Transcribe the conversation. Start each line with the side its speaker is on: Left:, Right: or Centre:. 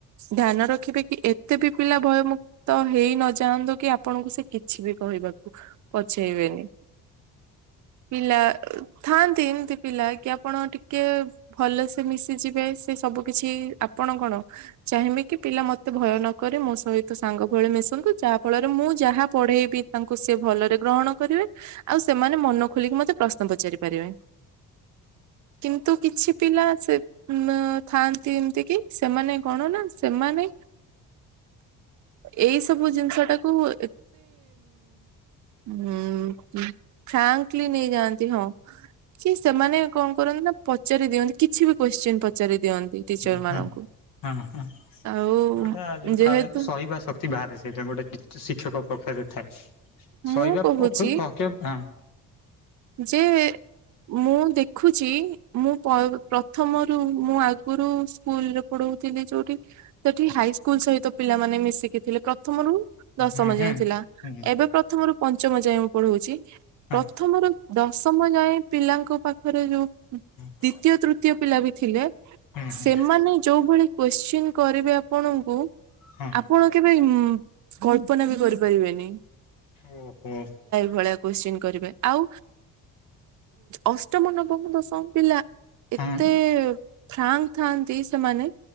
Right: ଧ୍ୟାନ ରଖିବେ କି ଏତେ ବି ପିଲା ଭୟମୁକ୍ତ ହେଇ ନ ଯାନ୍ତୁ କି ଆପଣଙ୍କୁ ସେ କିଛି ବି କହିବାକୁ ପଛେଇ ବେନି। ପିଲା ଥାଆନ୍ତି ଏମିତି ପିଲା କି ଆପଣ ଟିକେ ଭଲସେ ମିଶି ଯିବେ। ସେ ସବୁ କିଛି ଆପଣ କଣ ଚାହିଁବି କି ପିଲା ମତେ ଭୟ ନକରେ। ମୋ ସହିତ ସାଙ୍ଗ ଭଳି ମିଶନ୍ତୁ। ଯାହା ଫଳରେ ମୁଁ ଯାହା ପଢେଇବି ତାଙ୍କୁ ସେ ଭଲରେ ଗ୍ରହଣ କରିବେ। ଆଉ ସେମାନେ ମନ ଖୋଲିକି ମତେ ପ୍ର ଶ୍ନ ପଚାରି ପାରିବେ। କିନ୍ତୁ କିଛି ପିଲା ସେ ଉ ଥାଆନ୍ତି ଏମିତି କି ସେମାନେ କଣ ନା ସେମାନେ ଏଇ ସବୁ ଜିନିଷ ଟାକୁ ମେ ଉ ଉ ଫ୍ରାକ୍ଲି ନେଇ ଯାଆ ହଁ କି ସେମାନେ କଣ କରନ୍ତି ନା ପଚାରି ଦିଅନ୍ତି। କିଛି ବି କୋଶ୍ଚିନ୍ ପଚାରି ଦିଅନ୍ତି। ଟିଚର
Left: ହୁଁ
Right: ମାନଙ୍କୁ।
Left: ହଁ ହଁ ଯୋଉଟା
Right: ଆଉ
Left: ଯୋଉଟା
Right: ଯେହେତୁ
Left: ସହିବା ଶକ୍ତି ବାହାରେ ସେଇଟା ଗୋଟେ ଶିକ୍ଷକ ପକ୍ଷରେ ଥାଏ।
Right: ମୁଁ
Left: ଶହିବା
Right: କହୁଛି
Left: <unintelligible> ହଁ।
Right: ଯେ ମୁଁ ଦେଖୁଛି ମୁଁ ପ ପ୍ର ପ୍ରଥମରୁ ମୁଁ ଆଗରୁ ସ୍କୁଲରେ ପଢଉଥିଲି ଯୋଉଠି। ସେଠି ହାଇସ୍କୁଲ ସହିତ ପିଲାମାନେ ମିଶିକି ଥିଲେ। ପ୍ରଥମରୁୁ
Left: ହୁଁ
Right: ଦଶମ
Left: ହୁଁ।
Right: ଯାଏ ଥିଲା।
Left: ହୁଁ
Right: ଏବେ ପ୍ରଥମରୁ ପଞ୍ଚମ ଯାଏ ମୁଁ ପଢଉଛି।
Left: ହଁ
Right: ପ୍ରଥମରୁ ଦଶମ ଯାଏଁ ପିଲାଙ୍କ ପାଖରେ ଯୋଉ
Left: ହୁଁ।
Right: ଦ୍ଵିତୀୟ ତୃତୀୟ ପିଲା ବି ଥିଲେ।
Left: ହଁ
Right: ସେମାନେ ଯୋଉ ଭଳି କୋଶ୍ଚିନ୍ କରିବେ ଆପଣଙ୍କୁ
Left: ହଁ।
Right: ଆପଣ କେବେ ଉଁ କଳ୍ପନା ବି କରି ପାରିବେନି।
Left: ଓ ହୋ।
Right: ଭଳିଆ କୋଶ୍ଚିନ କରିବେ। ଆଉ ଅଷ୍ଟମ ନବମ ଦଶମ ପିଲା
Left: ହଁ
Right: ଏତେ ଫ୍ରାଙ୍କ ଥାନ୍ତି ସେମାନେ।